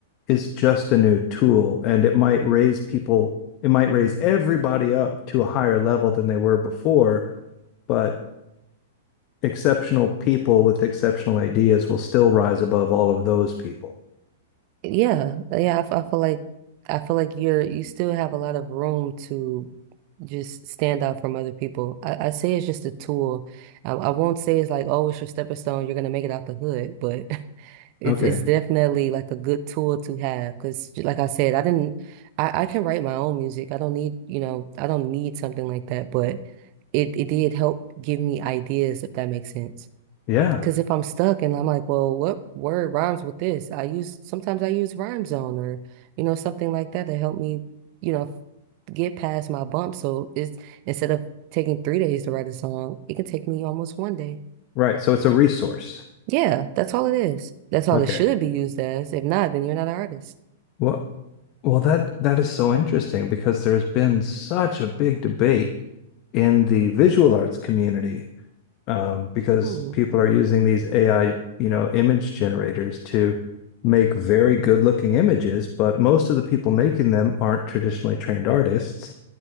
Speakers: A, on the left (about 40°); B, on the right (about 40°).
A: is just a new tool and it might raise people, it might raise everybody up to a higher level than they were before, but exceptional people with exceptional ideas will still rise above all of those people.
B: Yeah, yeah, I, f- I feel like I feel like you're you still have a lot of room to just stand out from other people. I, I say it's just a tool. I, I won't say it's like, oh, it's your stepping stone. You're gonna make it out the hood, but <laughs> It's
A: Okay.
B: it's definitely like a good tool to have because, like I said, I didn't, I, I can write my own music. I don't need, you know, I don't need something like that, but it, it did help give me ideas, if that makes sense.
A: Yeah.
B: Because if I'm stuck and I'm like, well, what word rhymes with this? I use, sometimes I use Rhyme Zone or, you know, something like that to help me, you know, get past my bump. So it's instead of taking three days to write a song, it can take me almost one day.
A: Right. So it's a resource.
B: Yeah, that's all it is. That's all
A: Okay.
B: it should be used as. If not, then you're not an artist.
A: Well, Well, that that is so interesting because there's been such a big debate in the visual arts community um, because
B: Hmm.
A: people are using these AI, you know, image generators to make very good-looking images, but most of the people making them aren't traditionally trained artists